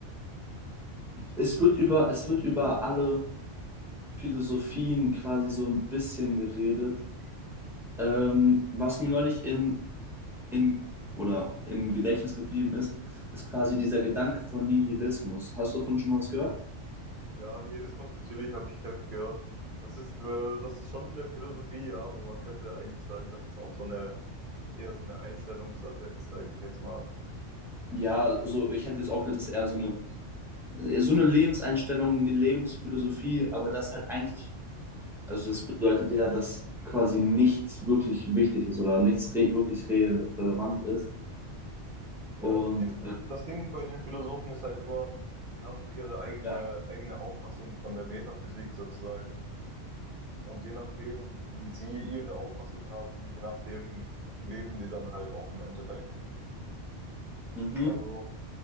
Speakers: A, in the centre; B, on the right.
A: es wird über, es wird über alle Philosophien quasi so ein bisschen geredet. Ähm, was mir neulich in in oder im Gedächtnis geblieben ist, ist quasi dieser Gedanke von Nihilismus. Hast du davon schon mal was gehört?
B: ja, Nihilismus, natürlich habe ich, habe ich gehört. Das ist, äh, das ist schon eine Philosophie, ja, wo man könnte eigentlich sagen, dass es auch so eine, eher so eine Einstellungssache ist, sage ich jetzt mal.
A: Ja, so, ich hätte jetzt auch gedacht, das ist eher so eine, so eine Lebenseinstellung, eine Lebensphilosophie, aber das halt eigentlich, also das bedeutet ja, dass quasi nichts wirklich wichtig ist oder nichts re wirklich re relevant ist.
B: Ja,
A: Und
B: das Ding,
A: äh,
B: das Ding bei den Philosophen ist halt immer, die haben ihre eigene,
A: ja,
B: eigene Auffassung von der Metaphysik sozusagen. Und je nachdem, wie sie ihre Auffassung haben, je nachdem leben die dann halt auch im Endeffekt.
A: mhm.
B: Also,